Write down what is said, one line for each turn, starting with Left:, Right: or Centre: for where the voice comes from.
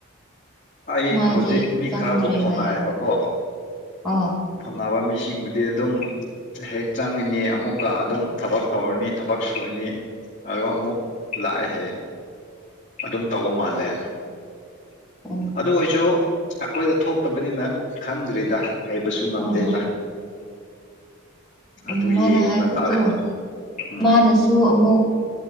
Left: ꯑꯩ
Centre: ꯃꯥꯗꯤ
Left: ꯍꯧꯖꯤꯛ ꯃꯤ
Centre: ꯆꯪꯗ꯭ꯔꯦ
Left: ꯈꯔꯕꯨ ꯐꯥꯎꯅꯥꯌꯦꯕꯀꯣ
Centre: ꯍꯥꯏ <inaudible>
Left: ꯐꯣꯟꯅꯕ ꯃꯤꯁꯤꯡꯕꯨꯗꯤ ꯑꯗꯨꯝ ꯍꯦꯛ ꯆꯪꯉꯤꯅꯤ ꯑꯃꯨꯛꯀ ꯑꯗꯨꯝ ꯊꯕꯛ ꯇꯧꯔꯅꯤ ꯊꯕꯛ ꯁꯨꯨꯔꯅꯤ ꯑꯗꯨꯒ ꯑꯃꯨꯛ ꯂꯥꯛꯑꯦꯍꯦꯛ ꯑꯗꯨꯝ ꯇꯧꯕ ꯃꯥꯜꯂꯦ
Centre: ꯎ
Left: ꯑꯗꯨ ꯑꯣꯏꯁꯨ ꯑꯈꯣꯏꯗ ꯊꯣꯛꯇꯕꯅꯤꯅ ꯈꯪꯗ꯭ꯔꯤꯗ ꯍꯩꯕꯁꯨ ꯉꯝꯗꯦꯅ
Centre: ꯍꯣꯏ ꯍꯣꯏ ꯎꯝ
Left: ꯑꯗꯨ
Centre: ꯃꯥꯅ
Left: ꯌꯦꯡꯕ
Centre: ꯍꯥꯏꯕꯗꯣ
Left: ꯇꯥꯔꯦ ꯍꯥꯟꯅ ꯎꯝ
Centre: ꯃꯥꯅꯁꯨ ꯑꯃꯨꯛ